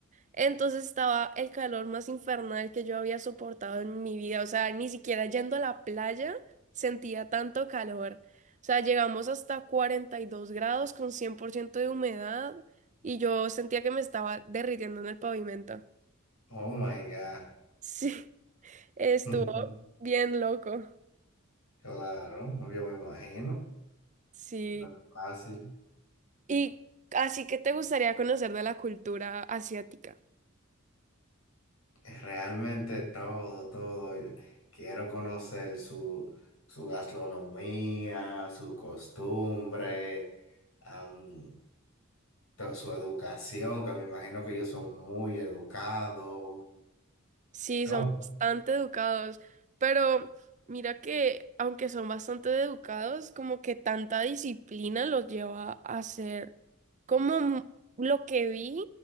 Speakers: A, on the right (about 35°); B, on the left (about 85°).
A: entonces estaba el calor más infernal que yo había soportado en mi vida. O sea, ni siquiera yendo a la playa sentía tanto calor. O sea, llegamos hasta 42 grados con 100% de humedad y yo sentía que me estaba derritiendo en el pavimento.
B: Oh my God.
A: Sí, <laughs> estuvo
B: <laughs>
A: bien loco.
B: Claro, yo me imagino.
A: Sí.
B: Lo que fácil.
A: Y así que te gustaría conocer de la cultura asiática.
B: Es realmente todo, todo. Yo Quiero conocer su, su gastronomía, su costumbre, am, to- su educación, que me imagino que ellos son muy educados.
A: Sí,
B: Todo.
A: son bastante educados, pero mira que aunque son bastante educados, como que tanta disciplina los lleva a ser como m- lo que vi